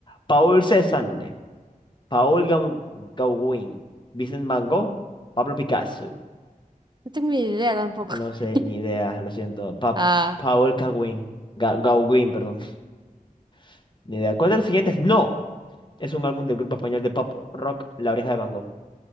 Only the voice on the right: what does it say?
No tengo ni idea tampoco.
<laughs>
Ah,